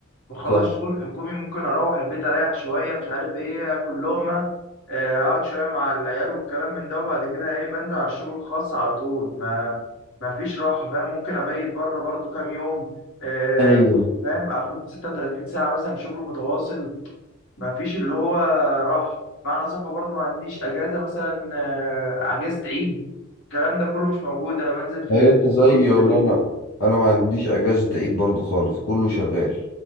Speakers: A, on the left; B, on the left.
A: بخلص
B: صح
A: شغل الحكومي ممكن اروح البيت اريح شويه مش عارف ايه اكل لقمه آه، اقعد شويه مع العيال والكلام من ده وبعد كده ايه بنزل على الشغل الخاص على طول ما ما فيش راحه فاهم ممكن ابيت بره برضو كام يوم آه،
B: ايوه
A: فاهم اخد 36 ساعه مثلا شغل متواصل ما فيش اللي هو راحه معنى صح برضو ما عنديش اجازه مثلا آه، اجازه عيد الكلام ده كله مش موجود انا بنزل في
B: ايوه انت زيي
A: شغل كده
B: والله
A: ايه،
B: انا انا ما عنديش اجازة عيد برضو خالص كله شغال